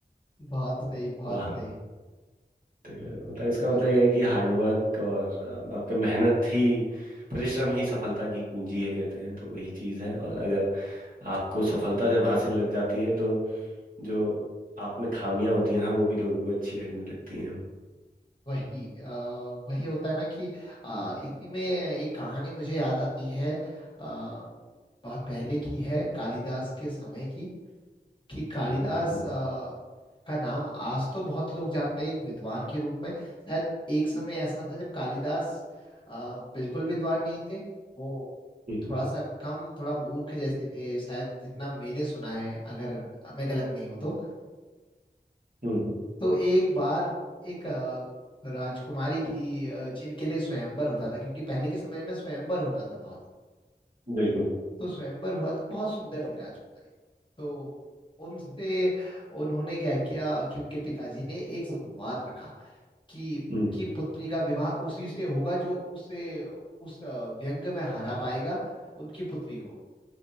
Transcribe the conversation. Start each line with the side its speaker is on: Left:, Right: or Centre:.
Left: बहुत सही बहुत
Right: वाह
Left: सही
Right: ठीक है। मतलब इसका
Left: वाह
Right: मतलब यह है कि हार्डवर्क और अ, आपके मेहनत ही परिश्रम ही सफलता की कुंजी है कहते हैं तो वही चीज है और अगर आपको सफलता जब हासिल लग जाती है तो जो आप में खामियां होती हैं वो भी लोगों को अच्छी लगने लगती हैं
Left: वही आ, वही होता है ना कि आ, इसी में एक कहानी मुझे याद आती है आ, बहुत पहले की है कालिदास के समय की कि कालिदास
Right: हम्म हम्म
Left: अ, का नाम आज तो बहुत लोग जानते हैं एक विद्वान के रूप में शायद एक समय ऐसा था जब कालिदास अ, बिल्कुल विद्वान नहीं थे वो
Right: हम्म
Left: थोड़ा सा कम थोड़ा मूर्ख जैसे थे शायद जितना मैंने सुना है अगर मैं गलत नहीं हूं तो
Right: हम्म,
Left: तो एक बार एक अ, राजकुमारी थी अ, जिनके लिए स्वयंवर होता था क्योंकि पहले के समय में स्वयंवर होता था बहुत
Right: बिल्कुल
Left: तो स्वयंवर हुआ था बहुत सुंदर थी राजकुमारी तो उनसे उन्होंने क्या किया कि उनके पिताजी ने एक संवाद रखा कि उनकी
Right: हम्म
Left: पुत्री का विवाह उसी से होगा जो उसे उस अ, व्यंग में हरा पाएगा उनकी पुत्री को